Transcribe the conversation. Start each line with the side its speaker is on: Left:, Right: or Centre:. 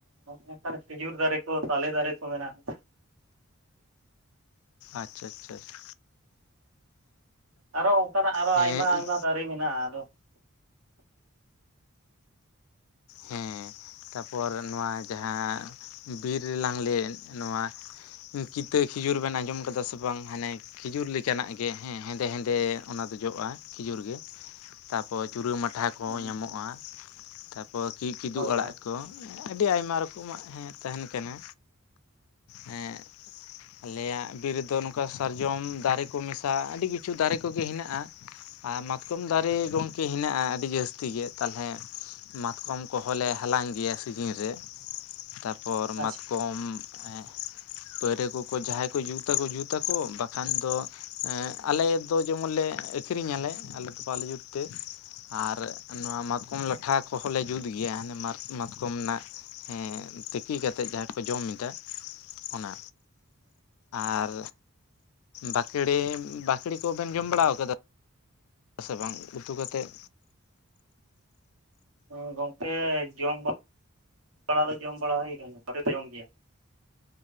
Right: ᱚᱝᱠᱟᱱ ᱠᱷᱤᱡᱩᱨ ᱫᱟᱨᱮ ᱠᱚ ᱛᱟᱞᱮ ᱫᱟᱨᱮ ᱠᱚ ᱢᱮᱱᱟᱜᱼᱟ᱾
Left: ᱟᱪᱷᱟ ᱟᱪᱷᱟ ᱟᱪᱷᱟ
Right: ᱟᱨᱚ ᱚᱝᱠᱟᱱᱟᱜ ᱟᱨᱚ
Left: ᱦᱮᱸ
Right: ᱟᱭᱢᱟ ᱟᱭᱢᱟ ᱫᱟᱨᱮ ᱢᱮᱱᱟᱜᱼᱟ᱾ ᱟᱫᱚ
Left: ᱦᱮᱸ ᱛᱟᱯᱚᱨ ᱱᱚᱶᱟ ᱡᱟᱦᱟᱸ ᱵᱤᱨ ᱨᱮᱞᱟᱟᱝ ᱞᱟᱹᱭᱮᱫ ᱱᱚᱶᱟ ᱠᱤᱛᱟᱹ ᱠᱷᱤᱡᱩᱨ ᱵᱮᱱ ᱟᱸᱡᱚᱢ ᱠᱟᱫᱟ ᱥᱮ ᱵᱟᱝ? ᱦᱟᱱᱮ ᱠᱷᱤᱡᱩᱨ ᱞᱮᱠᱟᱱᱟᱜ ᱜᱮ ᱦᱮᱸ ᱦᱮᱸᱫᱮ ᱦᱮᱸᱫᱮ ᱚᱱᱟ ᱫᱚ ᱡᱚᱜᱼᱟ ᱠᱷᱤᱡᱩᱨ ᱜᱮ ᱛᱟᱯᱚᱨ ᱪᱩᱨᱟᱹ ᱢᱟᱴᱷᱟ ᱠᱚ
Right: ᱦᱳᱭ
Left: ᱧᱟᱢᱚᱜᱼᱟ᱾ ᱯᱚ ᱠᱤᱼᱠᱤᱫᱩ
Right: ᱦᱳᱭ
Left: ᱟᱲᱟᱜ ᱠᱚ ᱟᱹᱰᱤ ᱟᱭᱢᱟ ᱨᱚᱠᱚᱢᱟᱜ ᱛᱟᱦᱮᱸᱱ ᱠᱟᱱᱟ᱾ ᱦᱮᱸ ᱟᱞᱮᱭᱟᱜ ᱵᱤᱨ ᱨᱮᱫᱚ ᱱᱚᱝᱠᱟ ᱥᱟᱨᱡᱚᱢ ᱫᱟᱨᱮ ᱠᱚ ᱢᱮᱥᱟ ᱟᱹᱰᱤ ᱠᱤᱪᱷᱩ ᱫᱟᱨᱮ ᱠᱚᱜᱮ ᱦᱮᱱᱟᱜᱼᱟ ᱟᱨ ᱢᱟᱛᱠᱚᱢ ᱫᱟᱨᱮ ᱜᱚᱝᱠᱮ ᱦᱮᱱᱟᱜᱼᱟ ᱟᱹᱰᱤ ᱡᱟᱹᱥᱛᱤ ᱜᱮ ᱛᱟᱞᱦᱮ ᱢᱟᱛᱠᱚᱢ ᱠᱚᱦᱚᱸᱞ ᱞᱮ ᱦᱟᱞᱟᱝ ᱜᱮᱭᱟ ᱥᱤᱡᱤᱱ ᱨᱮ᱾ ᱛᱟᱯᱚᱨ
Right: ᱟᱪᱪᱷᱟ
Left: ᱢᱟᱛᱠᱚᱢ ᱮᱸᱜ ᱯᱟᱹᱨᱟᱹ ᱠᱚᱠᱚ ᱡᱟᱦᱟᱭ ᱠᱚ ᱡᱩᱛᱟᱠᱚ ᱡᱩᱛᱟᱠᱚ ᱵᱟᱠᱷᱟᱱ ᱫᱚ ᱟᱞᱮ ᱫᱚ ᱡᱮᱢᱚᱱ ᱞᱮ ᱟᱹᱠᱷ ᱟᱹᱠᱨᱤ ᱧᱟᱞᱮ ᱟᱞᱮ ᱫᱚ ᱵᱟᱞᱮ ᱡᱩᱛ ᱛᱮ ᱟᱨ ᱱᱚᱣᱟ ᱢᱟᱛᱠᱚᱢ ᱞᱟ ᱴᱷᱟ ᱠᱚᱦᱚᱸᱞ ᱞᱮ ᱡᱩᱛ ᱜᱮᱭᱟ ᱦᱟᱱᱮ ᱢᱟᱛᱼᱢᱟᱛᱠᱚᱢ ᱱᱟᱜ ᱦᱮᱸ ᱛᱤᱠᱤ ᱠᱟᱛᱮᱜ ᱡᱟᱦᱟᱸ ᱠᱚ ᱡᱚᱢ ᱮᱫᱟ ᱚᱱᱟ ᱟᱨ ᱵᱟᱠᱲᱮ ᱵᱟᱹᱠᱲᱤ ᱠᱩᱵᱮᱱ ᱡᱚᱢ ᱵᱟᱲᱟᱣ ᱠᱟᱫᱟ?. ᱥᱮ ᱵᱟᱝ ᱩᱛᱩ ᱠᱟᱛᱮᱜ
Right: ᱦᱚᱸ ᱜᱚᱝᱠᱮ ᱡᱚᱢ ᱵᱟ <inaudible> ᱲᱟ ᱫᱚ ᱡᱚᱢ ᱵᱟᱲᱟ ᱦᱩᱭ ᱠᱟᱱ ᱜᱮᱭᱟ <unintelligible> ᱡᱚᱢ ᱜᱮᱭᱟ